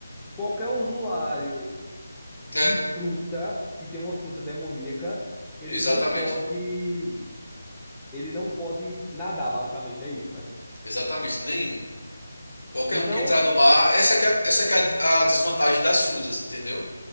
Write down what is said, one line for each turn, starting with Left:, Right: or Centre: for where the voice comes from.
Centre: qualquer usuário de
Left: É,
Centre: fruta que tem uma fruta demoníaca, ele
Left: exatamente.
Centre: não pode, ele não pode nadar, basicamente, é isso, né?
Left: Exatamente, nenhum. Qualquer
Centre: Então,
Left: um que entrar no mar, essa que é, essa que é a, a desvantagem das frutas, entendeu?